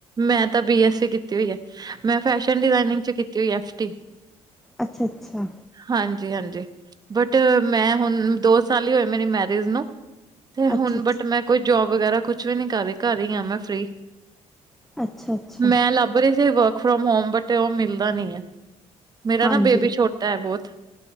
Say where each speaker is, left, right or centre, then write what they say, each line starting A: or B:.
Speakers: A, on the right; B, in the centre.
A: ਮੈਂ ਤਾਂ ਬੀ ਐੱਸ ਸੀ। ਕੀਤੀ ਹੋਈ ਹੈ। ਮੈਂ ਫੈਸ਼ਨ ਡਿਜ਼ਾਇਨਿੰਗ 'ਚ ਕੀਤੀ ਹੋਈ ਹੈ ਐਫ ਟੀ।
B: ਅੱਛਾ, ਅੱਛਾ।
A: ਹਾਂਜੀ, ਹਾਂਜੀ ਬਟ ਮੈਂ ਹੁਣ ਦੋ ਸਾਲ ਹੀ ਹੋਏ ਮੇਰੀ ਮੈਰਿਜ ਨੂੰ। ਤੇ
B: ਅੱਛਾ
A: ਹੁਣ
B: ਅੱਛਾ
A: ਬਟ ਮੈਂ ਕੋਈ ਜੋਬ ਵਗੈਰਾ ਕੁਛ ਵੀ ਨੀ ਕਰ ਰਹੀ ਘਰ ਹੀ ਆ ਮੈਂ ਫਰੀ।
B: ਅੱਛਾ ਅੱਛਾ
A: ਮੈਂ ਲੱਭ ਰਹੀ ਸੀ ਵਰਕ ਫਰੋਮ ਹੋਮ ਬਟ ਉਹ ਮਿਲਦਾ ਨੀ ਏ ਮੇਰਾ
B: ਹਾਂਜੀ
A: ਨਾ ਬੇਬੀ ਛੋਟਾ ਹੈ ਬਹੁਤ